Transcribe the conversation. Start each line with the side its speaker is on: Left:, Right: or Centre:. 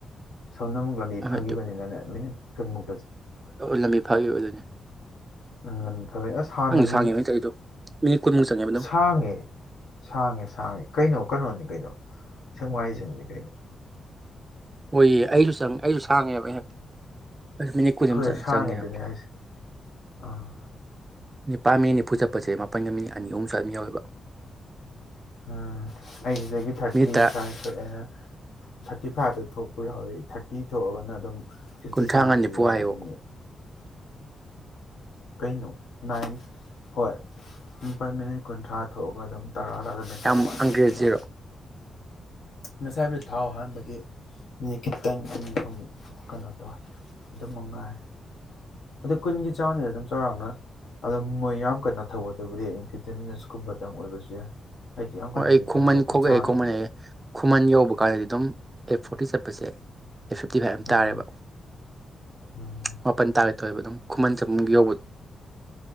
Left: ꯁꯣꯝꯅ ꯑꯃꯨꯛ ꯂꯝꯕꯤ
Right: ꯍꯣꯏ
Left: ꯐꯈꯤꯕꯅꯤꯅ
Right: ꯑꯗꯨ
Left: ꯃꯤꯅꯤꯠ ꯀꯃ
Right: ꯂꯝꯕꯤ ꯐꯥꯒꯤ ꯑꯣꯏꯖ ꯎ
Left: ꯎ ꯐꯃꯦ ꯑꯁ ꯍꯥꯟꯅꯒꯤ
Right: ꯁꯥꯡꯉꯦꯕ ꯑꯩꯅ ꯆꯠꯂꯤꯗꯣ ꯃꯤꯅꯤꯠ ꯀꯨꯟꯃꯨꯛ ꯆꯪꯉꯦꯕ ꯑꯗꯨꯝ
Left: ꯁꯥꯡꯉꯦ ꯁꯥꯡꯉꯦ ꯁꯥꯡꯉꯦ ꯀꯩꯅꯣ ꯀꯩꯅꯣꯅꯤ ꯀꯩꯅꯣ ꯁꯦꯡꯃꯥꯏꯖꯤꯡꯅꯤ ꯀꯩꯅꯣ
Right: ꯍꯣꯏꯌꯦ ꯑꯩꯁꯨ ꯆꯪꯉꯦ ꯑꯩꯁꯨ ꯁꯥꯡꯉꯦꯕ ꯑꯩꯍꯤ ꯑꯁ ꯃꯤꯅꯤꯠ ꯀꯨꯟ
Left: ꯍꯣꯏ
Right: ꯑꯃ ꯆꯠꯅ
Left: ꯁꯥꯡꯉꯦ
Right: ꯆꯪꯉꯦ
Left: ꯑꯗꯨꯅꯦ
Right: ꯍꯥꯏꯕ
Left: ꯍꯥꯏꯁꯦ ꯑꯥ
Right: ꯅꯤꯄꯥꯥꯟ ꯃꯤ ꯅꯤꯐꯨ ꯆꯠꯄꯁꯦ ꯃꯥꯄꯟꯒ ꯃꯤꯅꯤ ꯑꯅꯤ ꯑꯍꯨꯝ ꯁ꯭ꯋꯥꯏ ꯑꯗꯨꯝ ꯌꯥꯎꯋꯦꯕ
Left: ꯎꯝ ꯑꯩꯁꯤꯗꯒꯤ ꯊꯥꯔꯇꯤ
Right: ꯃꯤꯅꯤꯠꯇ
Left: ꯐꯥꯏꯚ ꯊꯣꯛꯑꯦ ꯊꯥꯔꯇꯤ ꯐꯥꯏꯚꯇ ꯊꯣꯛ ꯌꯥꯎꯋꯦ ꯊꯥꯔꯇꯤ ꯊꯣꯛꯑꯒꯅ ꯑꯗꯨꯝ
Right: ꯀꯨꯟꯊ꯭ꯔꯥꯉꯥ
Left: ꯀꯤꯤ ꯁꯥꯏꯃꯠꯇ
Right: ꯅꯤꯐꯨ
Left: ꯌꯧꯔꯅꯤ
Right: ꯍꯥꯏꯌꯣ
Left: ꯀꯩꯅꯣ ꯅꯥꯏꯟ ꯍꯣꯏ ꯃꯥꯄꯥꯜ ꯃꯤꯅꯤꯠ ꯀꯨꯟꯊ꯭ꯔꯥ ꯊꯣꯛꯑꯒ ꯑꯗꯨꯝ ꯇꯔꯥ ꯇꯥꯗ ꯃꯤꯠ ꯇꯔꯥ
Right: ꯌꯥꯝ
Left: ꯋꯥꯠꯅꯤ
Right: ꯑꯪꯒ꯭ꯔꯦꯖꯤꯔꯣ
Left: ꯑꯗꯨꯒꯨꯝꯕ ꯉꯁꯥꯏꯕꯨꯗꯤ ꯊꯥꯎ ꯑꯍꯥꯟꯕꯒꯤ ꯃꯤꯅꯤꯠ ꯈꯤꯇꯪ ꯑꯅꯤꯨꯛ ꯀꯩꯅꯣ ꯇꯧꯋꯦ ꯑꯗꯨꯝ ꯉꯥꯏꯦ ꯑꯗꯨ ꯀꯨꯟꯒꯤ ꯆꯥꯡꯝꯁꯤꯗ ꯑꯗꯨꯝ ꯆꯔꯥꯛꯅ ꯑꯗꯣ ꯃꯣꯏ ꯌꯥꯝ ꯀꯟꯅ ꯊꯧꯒꯗꯕꯨꯗꯤꯟ ꯐꯤꯞꯇꯤꯟ ꯃꯤꯅꯠꯁ ꯀꯨꯝꯕꯗꯪ ꯑꯣꯏꯕꯁꯨ ꯌꯥꯏ ꯑꯩꯗꯤ ꯌꯥꯝ ꯀꯟꯅꯗꯤ
Right: ꯍꯣꯏ ꯑꯩ ꯈꯨꯃꯟ
Left: ꯊꯧꯗꯦ ꯑꯗꯨꯝ
Right: ꯈꯣꯛꯂꯛꯑꯦ
Left: ꯆꯥꯡ
Right: ꯈꯨꯃꯟꯑꯦ
Left: ꯑꯃꯗ
Right: ꯈꯨꯃꯟ ꯌꯧꯕ ꯀꯥꯟꯗꯗꯤ ꯑꯗꯨꯝ ꯑꯦ ꯐꯣꯔꯇꯤ ꯆꯠꯄꯁꯦ ꯑꯦꯠ ꯐꯤꯞꯇꯤ ꯐꯥꯏꯚ ꯑꯃ
Left: ꯎꯝ
Right: ꯇꯥꯔꯦꯕ
Left: ꯎꯝ
Right: ꯃꯥꯄꯜ ꯇꯥꯒ ꯊꯣꯛꯣꯛꯑꯦꯕ ꯑꯗꯨꯝ ꯈꯨꯃꯟ ꯆꯐꯝ ꯌꯧꯕꯗꯣ